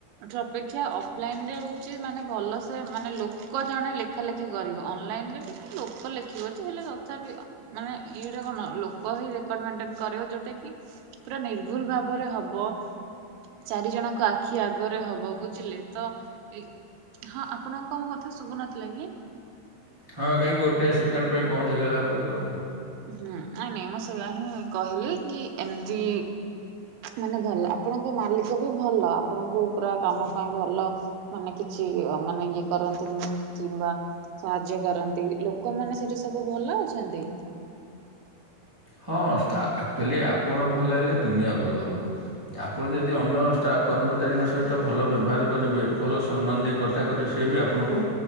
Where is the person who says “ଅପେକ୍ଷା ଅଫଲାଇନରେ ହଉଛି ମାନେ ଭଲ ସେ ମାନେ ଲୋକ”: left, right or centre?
Right